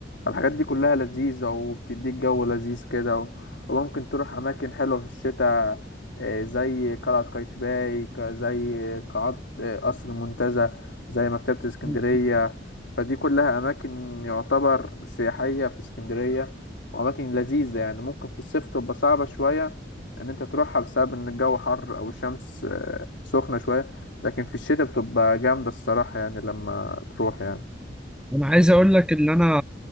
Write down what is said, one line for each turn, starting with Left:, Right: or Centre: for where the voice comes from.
Left: الحاجات دي كلها لذيذة وبتديك جو لذيذ كده و- وممكن تروح أماكن حلوة في الشتاء آه، زي قلعة قايتباي ك- زي قاعات آه، قصر المنتزه زي مكتبة اسكندرية
Centre: ايه
Left: فدي كلها أماكن يعتبر سياحية في اسكندرية وأماكن لذيذة يعني ممكن في الصيف تبقى صعبة شوية إن أنت تروحها بسبب إن الجو حر أو الشمس آه، سخنة شوية لكن في الشتاء بتبقى جامدة الصراحة يعني لما تروح يعني
Centre: انا عايز اقول لك ان انا